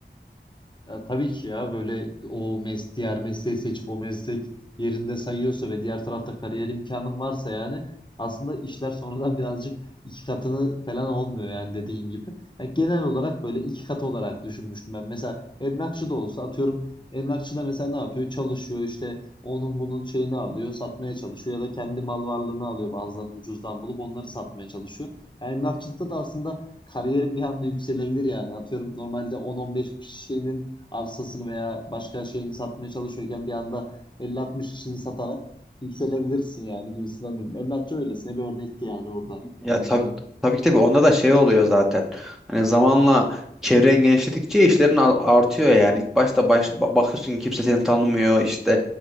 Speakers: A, on the left (about 25°); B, in the centre.
A: Ya tabii ki ya böyle o mes diğer mesleği seçip o meslek yerinde sayıyorsa ve diğer tarafta kariyer imkanın varsa yani aslında işler sonradan birazcık iki katını falan olmuyor yani dediğin gibi. Yani genel olarak böyle iki katı olarak düşünmüştüm ben. Mesela emlakçı da olsa atıyorum emlakçı da mesela ne yapıyor? Çalışıyor işte onun bunun şeyini alıyor, satmaya çalışıyor ya da kendi mal varlığını alıyor bazılarını ucuzdan bulup onları satmaya çalışıyor. Yani emlakçılıkta da aslında kariyerin bir anda yükselebilir yani. Atıyorum normalde 10-15 kişinin arsasını veya başka şeyini satmaya çalışıyorken bir anda elli altmış kişini satarak yükselebilirsin yani gibisinden dedim. Emlakçı öylesine bir örnekti yani orada
B: Ya
A: anlayacağın.
B: tabii tabii ki tabii onda da şey oluyor zaten. Hani zamanla çevren genişledikçe işlerin a- artıyor yani. İlk başta baş, ba- bakıyorsun ki kimse seni tanımıyor işte